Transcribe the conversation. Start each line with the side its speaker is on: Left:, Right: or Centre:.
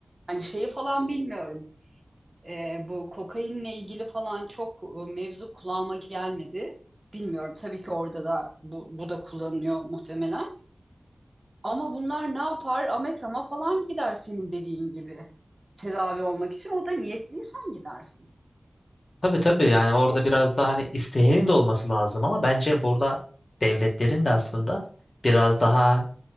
Right: Hani şeyi falan bilmiyorum. E, bu kokainle ilgili falan çok e, mevzu kulağıma gelmedi. Bilmiyorum tabii ki orada da bu, bu da kullanılıyor muhtemelen. Ama bunlar ne yapar? Ametrama falan gider senin dediğin gibi tedavi olmak için. O da niyetliysen gidersin.
Left: Tabii tabii yani orada biraz daha hani isteğinin de olması lazım ama bence burada devletlerin de aslında biraz daha